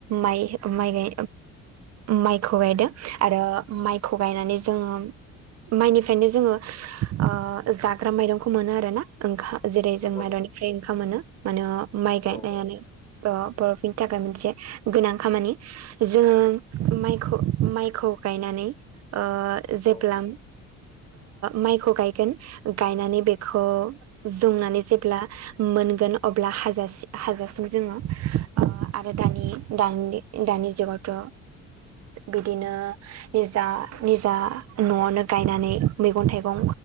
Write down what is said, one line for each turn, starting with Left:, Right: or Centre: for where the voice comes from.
Right: माइ माइ माइखौ गायदों आरो माइखौ गायनानै जोङो माइनिफ्रायनो जोङो ओ जाग्रा माइरंखौ मोनो आरो ना ओं जेरै
Left: नंगौ
Right: जों माइरनिफ्राय
Left: नंगौ
Right: ओंखाम मोनो माने माइ
Left: औ
Right: गायनायानो
Left: औ
Right: बर'फोरनि थाखाय थाखाय मोनसे गोनां खामानि जोङो माइखौ माइखौ गायनानै ओ जेब्ला
Left: औ
Right: माइखौ गायगोन गायनानै बेखौ जंनानै जेब्ला मोनगोन अब्ला हाजासे हाजासिम जोङो ओ आरो दानि दानि दानि जुगावथ' बिदिनो निजा निजा न'आवनो गायनानै मैगं थाइगं